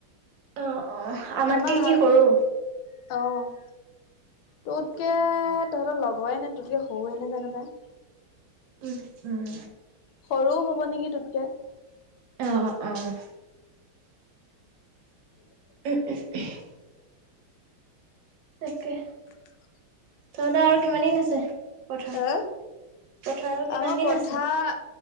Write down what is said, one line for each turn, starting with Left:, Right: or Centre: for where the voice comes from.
Right: অ অ আমাতকে
Left: আমাৰ হাল
Right: কি সৰু
Left: অ'! তোতকে, তহঁতৰ লগৰে নে তোতকে সৰুৱে নে, জানোঁ পাই!
Right: উম, উম।
Left: সৰু হ'ব নেকি তোতকে।
Right: অ' অ'!
Left: <inaudible>
Right: <unintelligible>
Left: <inaudible>
Right: তাকে,
Left: <unintelligible>
Right: তহঁতৰ আৰু কিমান দিন আছে পথাৰ,
Left: আহ
Right: পথাৰ আৰু
Left: আমাৰ
Right: কিমান দিন
Left: পথাৰ
Right: আছে?